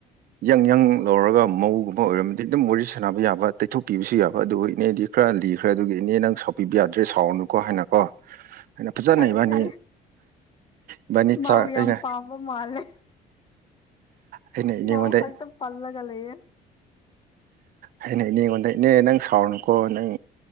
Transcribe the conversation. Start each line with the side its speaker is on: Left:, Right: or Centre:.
Right: ꯌꯥꯪ ꯌꯥꯪ ꯂꯧꯔꯒ ꯃꯧꯒꯨꯝꯕ ꯑꯣꯏꯔꯝꯗꯤ ꯑꯗꯨꯝ ꯋꯥꯔꯤ ꯁꯥꯟꯅꯕ ꯌꯥꯕ ꯇꯩꯊꯣꯛꯄꯤꯕꯁꯨ ꯌꯥꯕ ꯑꯗꯨꯒ ꯏꯅꯦꯗꯤ ꯈꯔ ꯂꯤꯈ꯭ꯔꯦ ꯑꯗꯨꯒꯤ ꯏꯅꯦ ꯅꯪ ꯁꯥꯎꯕꯤꯕ ꯌꯥꯗ꯭ꯔꯦ ꯁꯥꯎꯟꯗꯨꯨꯀꯣ ꯍꯥꯏꯅꯀꯣ ꯑꯩꯅ ꯐꯖꯅ
Left: ꯑꯩꯁꯦ
Right: ꯏꯕꯥꯅꯤ ꯏꯕꯥꯅꯤ
Left: ꯃꯥꯎ
Right: ꯆꯥꯛ
Left: ꯌꯥꯝ
Right: ꯑꯩꯅ
Left: ꯄꯥꯝꯕ ꯃꯥꯜꯂꯦ
Right: ꯑꯩꯅ ꯏꯅꯦ
Left: ꯃꯥꯎ
Right: ꯃꯗꯩ
Left: ꯈꯛꯇ ꯄꯜꯂꯒ ꯂꯩꯌꯦ
Right: ꯑꯩꯅ ꯏꯅꯦ ꯑꯩꯉꯣꯟꯗ ꯏꯅꯦ ꯅꯪ ꯁꯥꯎꯅꯨꯀꯣ ꯅꯪ